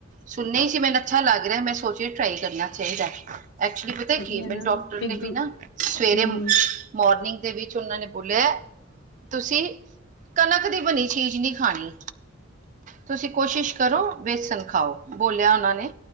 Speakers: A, on the right; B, on the left.
A: ਸੁਣਾ ਹੀ ਸੀ ਮੈਨੂੰ ਅੱਛਾ ਲੱਗ ਰਿਹਾ, ਮੈਂ ਸੋਚ ਟਰਾਈ ਕਰਨਾ ਚਾਹੀਦਾ ਐਚੁਲੀ ਪਤਾ
B: ਵਧੀਆ
A: ਕੀ ਮੈਨੂੰ
B: ਨਾ
A: ਡਾਕਟਰ ਨੇ
B: ਇੱਕ
A: ਵੀ
B: ਦੂ
A: ਨਾ ਸਵੇਰੇ
B: ਹੂੰ
A: ਮੋਰਨਿੰਗ ਦੇ ਵਿੱਚ ਉਹਨਾਂ ਨੇ ਬੋਲਿਆ ਤੁਸੀ ਕਨਕ ਦੀ ਬਣੀ ਚੀਜ਼ ਨਹੀ ਖਾਣੀ। ਤੁਸੀਂ ਕੋਸ਼ਿਸ਼ ਕਰੋ, ਵੇਸਣ ਖਾਓ। ਬੋਲਿਆ ਉਹਨਾਂ ਨੇ।